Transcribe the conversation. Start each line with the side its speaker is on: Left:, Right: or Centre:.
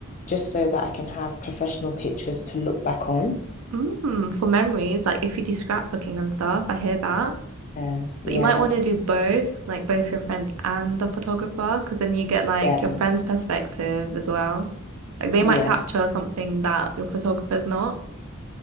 Left: just so that I can have professional pictures to look back on.
Right: Mm, for memories, like if you do scrapbooking and stuff, I hear that.
Left: Yeah. Yeah.
Right: But you might want to do both, like both your friend and the photographer, because then you get like
Left: Yeah.
Right: your friend's perspective as well. Like they
Left: Yeah.
Right: might capture something that your photographer's not.